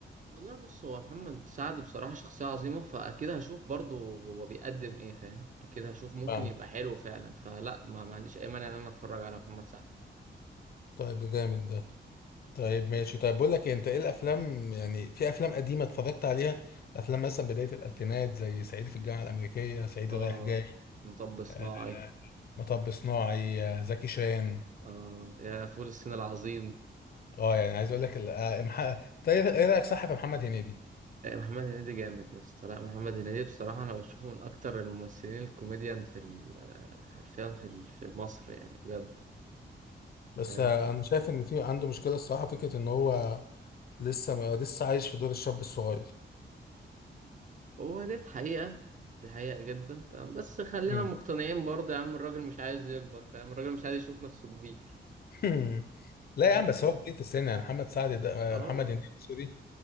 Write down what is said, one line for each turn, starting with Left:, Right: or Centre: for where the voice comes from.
Right: والله بص هو محمد سعد بصراحة شخصية عظيمة فأكيد هشوف برضه هو بيقدم إيه فاهم أكيد هشوف ممكن
Left: فاهمك
Right: يبقى حلو فعلا فلا ما, ما عنديش أي مانع إن أنا أتفرج على محمد سعد
Left: طيب ده جامد ده طيب ماشي طيب بقول لك إيه، انت ايه الافلام يعني في افلام قديمة اتفرجت عليها افلام مثلا بداية الالفينات زي صعيدي في الجامعة الامريكية صعيدي
Right: آه
Left: رايح جاي
Right: مطب صناعي
Left: آه، مطب صناعي آه، زكي شان
Right: آه يا فول الصين العظيم
Left: اه يعني عايز اقول لك ال- آه، مح- طيب ايه إيه رايك صح في محمد هنيدي
Right: آه محمد هنيدي جامد يا اسطى لا محمد هنيدي بصراحة أنا بشوفه من أكتر الممثلين الكوميديان في ال- آه، حرفيا في ال- في مصر يعني بجد
Left: بس
Right: فاهم
Left: آه، انا شايف ان في عنده مشكله الصراحه فكره ان هو لسه ما لسه عايش في دور الشاب الصغير
Right: هو ديت حقيقة دي حقيقة جدا تمام بس خلينا
Left: مم.
Right: مقتنعين برضه يا عم الراجل مش عايز يكبر فاهم الراجل مش عايز يشوف نفسه كبير
Left: <laughs> لا
Right: فاهم
Left: يا عم بس هو كبير في السن يعني محمد سعد ده
Right: اه
Left: آه، محمد هنيدي سوري